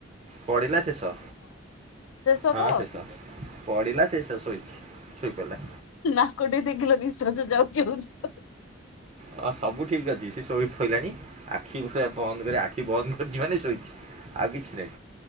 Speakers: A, on the right (about 30°); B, on the left (about 85°).
A: ପଡ଼ିଲା ଶେଷ
B: ଶେଷ
A: ହଁ
B: ତ
A: ଶେଷ। ପଡିଲା ସେଷ ଶୋଇଛି ଶୋଇପଡିଲା।
B: ନାକଟି ଦେଖିଲ ନିଶ୍ଵାସ ଯାଉଛି ଆଉଛି।
A: ହଁ ସବୁ ଠିକ ଅଛି ସେ ଶୋଇ ପଇଲାଣି ଆଖି ପୁରା ବନ୍ଦ କରି ଆଖି ବନ୍ଦ କରିଛି ମାନେ ଶୋଇଛି। ଆଉ କିଛି ନାହିଁ